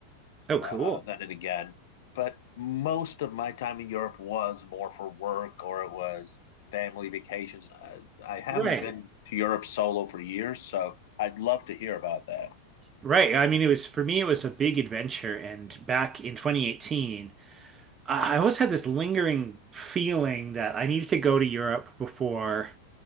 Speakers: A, on the right (about 20°); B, on the left (about 55°).
A: Oh, cool.
B: uh, uh, then and again. But most of my time in Europe was more for work or it was family vacations. I, I haven't
A: Right.
B: been to Europe solo for years, so I'd love to hear about that.
A: Right. I mean, it was for me, it was a big adventure. And back in 2018, I always had this lingering feeling that I needed to go to Europe before